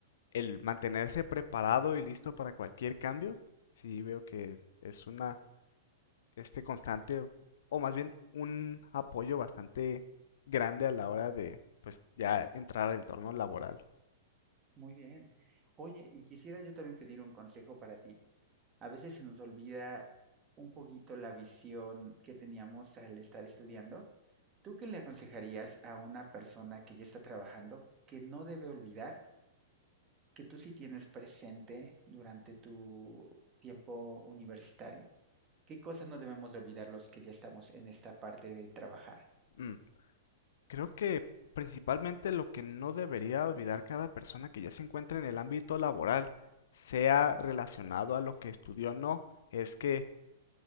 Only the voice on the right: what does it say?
Muy bien. Oye, y quisiera yo también pedir un consejo para ti. A veces se nos olvida un poquito la visión que teníamos al estar estudiando. ¿Tú qué le aconsejarías a una persona que ya está trabajando que no debe olvidar que tú sí tienes presente durante tu tiempo universitario? ¿Qué cosas no debemos de olvidar los que ya estamos en esta parte de trabajar?